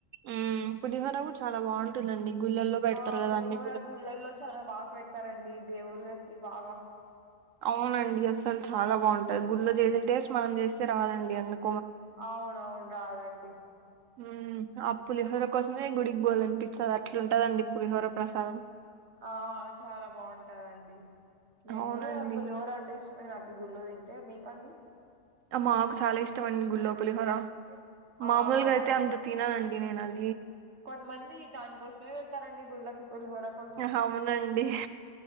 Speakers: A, on the right; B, on the right.
A: మ్మ్ పులిహోర కూడా చాలా బాగుంటుందండి. గుళ్ళల్లో పెడతారు
B: ఆ
A: కదా
B: పులిహోర
A: అన్ని
B: గుళ్ళల్లో చాలా బాగ పెడతారండి దేవుళ్ళకి బాగా
A: అవునండి అసలు చాలా బాగుంటది గుళ్ళో చేసిన టేస్ట్ మనం చేస్తే రాదండి అందు
B: అవునవును రాదండి.
A: హ్మ్ ఆ పులిహోర కోసమే గుడికి బొల్లన్పిస్తది అట్లుంటదండి పులిహోర ప్రసాదం
B: ఆ చాలా బాగుంటాదండి. నేను
A: అవునండి
B: కూడా పులిహోర అంటే ఇష్టమే నాకు ఈ గుళ్ళో తింటే మీకండి
A: ఆ మాకు చాలా ఇష్టమండి గుళ్ళో పులిహోర
B: ఆ
A: మామూలుగా అయితే అంత తిననండి నేనది
B: కొంతమంది దానికోసమే వెళ్తారండి గుళ్ళకిీ పులిహోర కోసం
A: ఆహా అవునండి